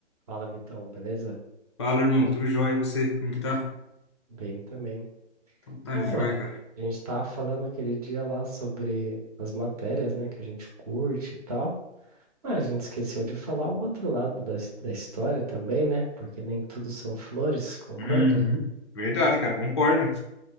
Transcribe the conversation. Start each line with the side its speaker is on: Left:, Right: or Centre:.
Right: Fala, Vitão, beleza?
Left: Fala, irmão. Tudo jóia? E você? Como que tá?
Right: Bem também.
Left: Então tá
Right: Então,
Left: jóia,
Right: mano,
Left: cara.
Right: a gente tava falando aquele dia lá sobre as matérias, né, que a gente curte e tal. Ah, a gente esqueceu de falar o outro lado da, his- da história também, né? Porque nem tudo são flores, concorda?
Left: Uhum. Verdade, cara. Concordo.